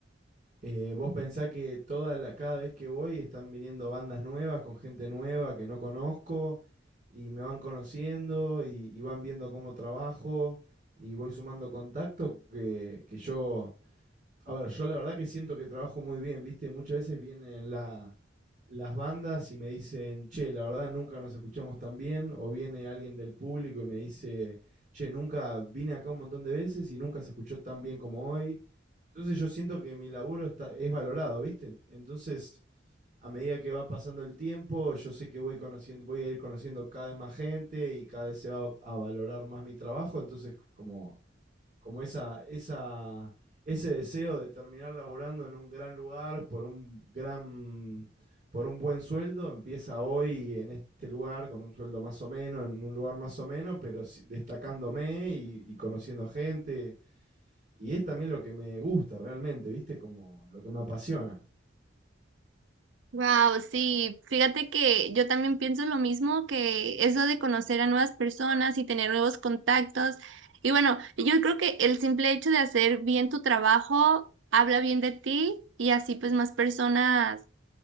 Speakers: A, on the right; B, on the right.
A: Eh, vos pensás que toda la, cada vez que voy están viniendo bandas nuevas con gente nueva que no conozco y me van conociendo y, y van viendo cómo trabajo y voy sumando contactos que, que yo, a ver, yo la verdad que siento que trabajo muy bien, ¿viste? Muchas veces vienen la, las bandas y me dicen, che, la verdad nunca nos escuchamos tan bien, o viene alguien del público y me dice, che, nunca vine acá un montón de veces y nunca se escuchó tan bien como hoy. Entonces yo siento que mi laburo está, es valorado, ¿viste? Entonces, a medida que va pasando el tiempo, yo sé que voy conociendo, voy a ir conociendo cada vez más gente y cada vez se va a valorar más mi trabajo. Entonces, como, como esa, esa, ese deseo de terminar laburando en un gran lugar por un gran, por un buen sueldo, empieza hoy en este lugar, con un sueldo más o menos, en un lugar más o menos, pero si- destacándome y, y conociendo gente y es también lo que me gusta realmente, ¿viste? Como lo que me apasiona.
B: Wow, sí, fíjate que yo también pienso lo mismo que eso de conocer a nuevas personas y tener nuevos contactos. Y bueno, yo creo que el simple hecho de hacer bien tu trabajo habla bien de ti y así pues más personas